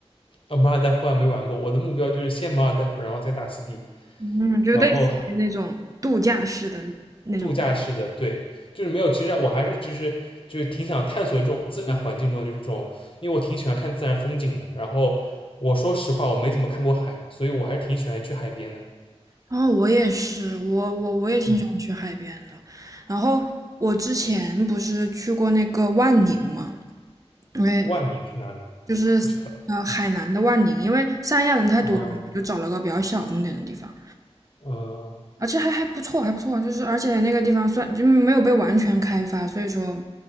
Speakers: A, on the left; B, on the right.
A: 啊，马尔代夫还没玩过，我的目标就是先马尔代夫，然后再大溪地，
B: 嗯，就类似于那种度假式的那种。
A: 然后度假式的，对，就是没有。其实我还是就是就是挺想探索这种自然环境中的，就是这种，因为我挺喜欢看自然风景的。然后我说实话，我没怎么看过海，所以我还是挺喜欢去海边的。
B: 然后我也是，我我我也挺喜欢去海边的。
A: 嗯，
B: 然后我之前不是去过那个万宁嘛，因为
A: 万宁是哪里啊？
B: 就是呃海南的万宁，
A: 不知道。
B: 因为三亚人太多了嘛就找了个比较小众点的地方，
A: 哦，嗯
B: 而且还还不错，还不错。就是而且那个地方算就没有被完全开发，所以说